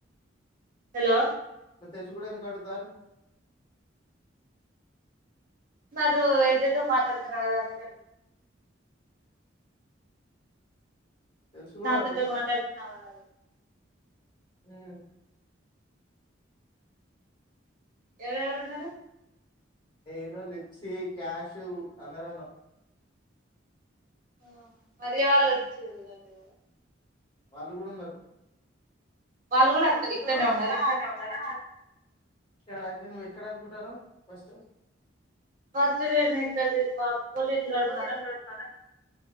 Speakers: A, on the right; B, on the left.
A: హలో
B: తెల్సి కూడా ఎందుకు అడుగుతారు
A: మీరు ఏదైతో మాట్లాడుతున్నారు కదా అందుకే
B: తెలుసు కూడా
A: పెద్దగా మాట్లాడుతున్నావ్ కథ
B: హ్మ్
A: ఎవరెవరు ఉన్నారు
B: నేను లిప్సి క్యాషు అందరం ఉన్నాం
A: ఆ మర్యా వాళ్ళు వచ్చిరు అంట కదా
B: వాళ్ళు కూడా ఉన్నారు
A: వాళ్ళు కూడా అక్క ఇక్కడనే
B: ఇరు కూడా అంత
A: ఉన్నారా
B: ఇక్కడనే ఉన్నారా ఇక్కడ అండి నువ్వు ఎక్కడ అనుకుంటాను ఫస్ట్
A: <unintelligible>
B: నువ్వు